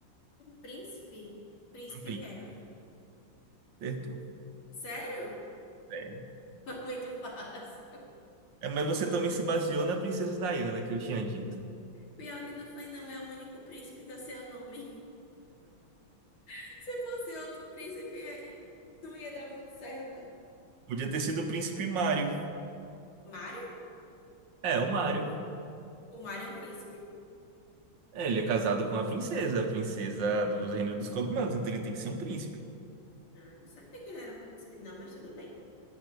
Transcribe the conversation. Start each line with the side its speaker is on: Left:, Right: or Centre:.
Left: Um príncipe? Príncipe
Right: Um príncipe,
Left: Harry.
Right: certo
Left: Sério?
Right: é.
Left: <laughs> Foi muito fácil.
Right: É, mas você também se baseou na princesa Diana que eu tinha dito.
Left: Pior que não foi, não. É o único príncipe que eu sei o nome. <laughs> Se fosse outro príncipe, eh, não ia dar muito certo.
Right: Podia ter sido o príncipe Mário.
Left: Mário?
Right: É, o Mário.
Left: O Mário é um príncipe?
Right: É, ele é casado com a princesa, a princesa do Reino dos Cogumelos, então ele tem que ser um príncipe.
Left: Ah, não sabia que ele era um príncipe, não, mas tudo bem.